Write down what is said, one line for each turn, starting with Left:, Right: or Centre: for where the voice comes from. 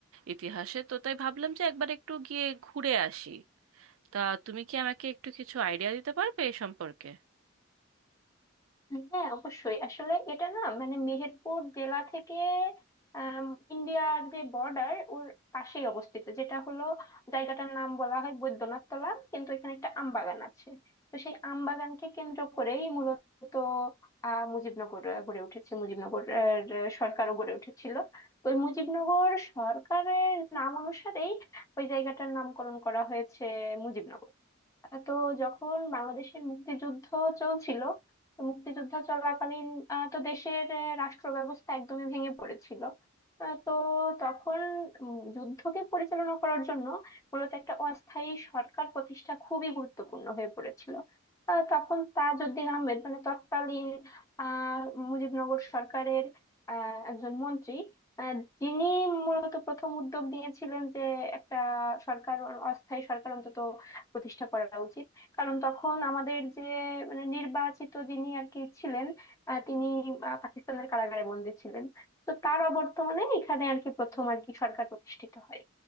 Right: ইতিহাসে তো তাই ভাবলাম যে একবার একটু গিয়ে ঘুরে আসি তা তুমি কি আমাকে একটু কিছু আইডিয়া দিতে পারবে এ সম্পর্কে
Left: হ্যাঁ অবশ্যই আসলে এটা না মানে মেহেরপুর জেলা থেকে আম, ইন্ডিয়ার যে বর্ডার ওর পাশেই অবস্থিত যেটা হলো জায়গাটার নাম বলা হয় বৈদ্যনাথ তলা কিন্তু এখানে একটা আমবাগান আছে তো সেই আমবাগানকে কেন্দ্র করেই মূলত আহ মুজিবনগর আহ, গড়ে উঠেছে মুজিবনগর আহ, আহ, সরকারও গড়ে উঠেছিল তো ওই মুজিবনগর সরকারের নাম অনুসারেই ওই জায়গাটার নামকরণ করা হয়েছে মুজিবনগর তো যখন বাংলাদেশের মুক্তিযুদ্ধ চলছিল তো মুক্তিযুদ্ধ চলাকালীন আহ, তো দেশের আহ, রাষ্ট্র ব্যবস্থা একদমই ভেঙে পড়েছিল আহ, তো তখন উম, যুদ্ধকে পরিচালনা করার জন্য মূলত একটা অস্থায়ী সরকার প্রতিষ্ঠা খুবই গুরুত্বপূর্ণ হয়ে পড়েছিল আহ, তখন তাজউদ্দিন আহমেদ মানে তৎকালীন আহ মুজিবনগর সরকারের আহ, একজন মন্ত্রী আহ, যিনি মূলত প্রথম উদ্যোগ নিয়েছিলেন যে একটা সরকার অস্থায়ী সরকার অন্তত প্রতিষ্ঠা করা উচিত কারণ তখন আমাদের যে মানে নির্বাচিত যিনি আর কি ছিলেন আহ, তিনি আহ, পাকিস্তানের কারাগারে বন্দী ছিলেন তো তার অবর্তমানে এখানে আর কি প্রথম আর কি সরকার প্রতিষ্ঠিত হয়